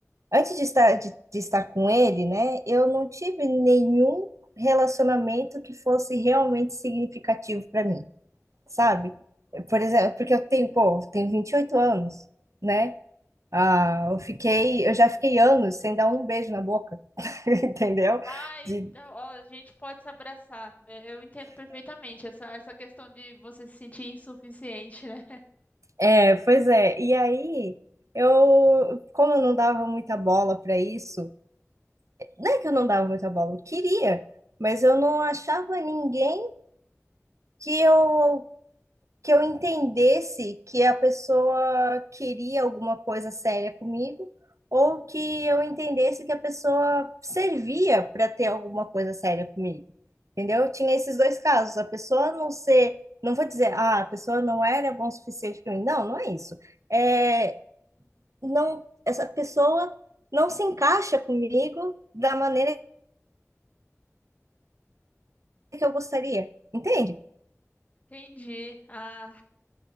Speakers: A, on the right; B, on the left.
A: Antes de estar, de, de estar com ele, né, eu não tive nenhum relacionamento que fosse realmente significativo para mim, sabe? Por exemplo, porque eu tenho, pô, eu tenho 28 anos, né? Ah, eu fiquei, eu já fiquei anos sem dar um beijo na boca, <laughs> entendeu?
B: Ai,
A: De,
B: então, ó, a gente pode se abraçar. É, Eu entendo perfeitamente essa, essa questão de você se sentir insuficiente, né?
A: é, pois é. E aí, eu, como eu não dava muita bola para isso, não é que eu não dava muita bola, eu queria, mas eu não achava ninguém que eu que eu entendesse que a pessoa queria alguma coisa séria comigo, ou que eu entendesse que a pessoa servia para ter alguma coisa séria comigo. Entendeu? Eu tinha esses dois casos. A pessoa não ser, não vou dizer, ah, a pessoa não era bom o suficiente para mim. Não, não é isso. É, não, essa pessoa não se encaixa comigo da maneira que eu gostaria. Entende?
B: <laughs> Entendi. Ah,